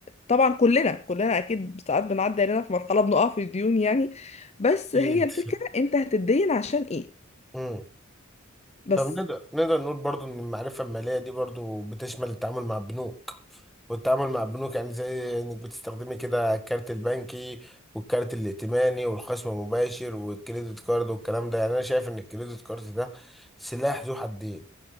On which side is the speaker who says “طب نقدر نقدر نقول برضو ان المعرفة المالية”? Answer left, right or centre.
Centre